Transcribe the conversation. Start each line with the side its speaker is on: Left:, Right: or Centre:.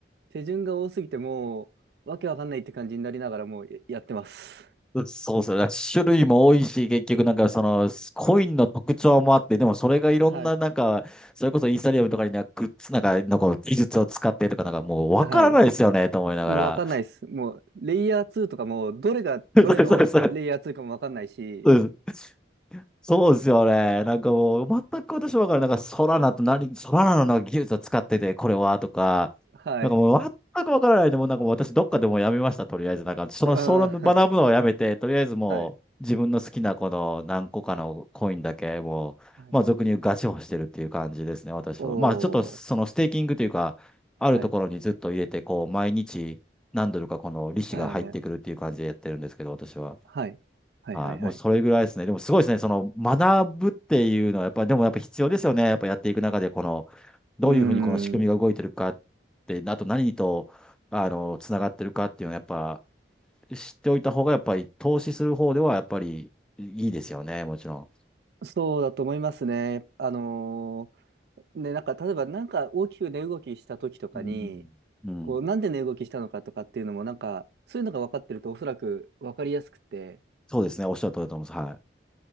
Right: 手順が多すぎて、もう、わけわかんないって感じになりながらもうややってます。
Centre: うそうそう。だから種類も多いし、結局なんかその、コインの特徴もあって、でもそれがいろんななんか、
Right: はい。
Centre: それこそイーサリアムとかになんかグッズなんか、なんか技術を使ってとかなんかもうわからないですよね、
Right: はい。
Centre: と思いながら。
Right: もうわかんないです。もう、レイヤー2とかも、どれがどれのレイヤー2かもわかんないし、
Centre: <laughs> そうそうそう。そうですよね。なんかもう、全く私わからない。なんか、ソラナと何、ソラナのなんか技術を使ってて、これは、とか、
Right: はい。
Centre: なんかもう、全くわからないで、もうなんかもう私、どっかでもうやめました、とりあえず。なんか、その、
Right: うん、<laughs>
Centre: その学ぶのをやめて、
Right: は
Centre: とりあえずもう、
Right: い。
Centre: 自分の好きなこの何個かのコインだけ、もう、
Right: はい。
Centre: まあ、俗に言うガチホしてるっていう感じですね、私は。
Right: おー、
Centre: まあ、ちょっと、そのステーキングというか、あるところにずっと入れて、
Right: はい。
Centre: こう、毎日、何ドルかこの利子が入ってくるっていう感じでやってるんですけど、
Right: えー、
Centre: 私は。
Right: はい。はい、
Centre: はい、
Right: はい、
Centre: もうそれぐらいですね。
Right: はい。
Centre: でもすごいですね。その学ぶっていうのは、やっぱ、でもやっぱ必要ですよね。やっぱやっていく中で、この、どういうふうにこの仕組みが動いてるかって、
Right: うーん。
Centre: あと何と、あの、つながってるかっていうのは、やっぱ、知っておいた方が、やっぱり投資する方では、やっぱりいいですよね。もちろ
Right: そうだと思いますね。あのーね、なんか、例えば、なんか大きく値動きした時とかに、
Centre: うん。うん。うん。
Right: こう、なんで値動きしたのかとかっていうのも、なんか、そういうのが分かってると、おそらく分かりやすくて、
Centre: そうですね。おっしゃる通りだと思います。は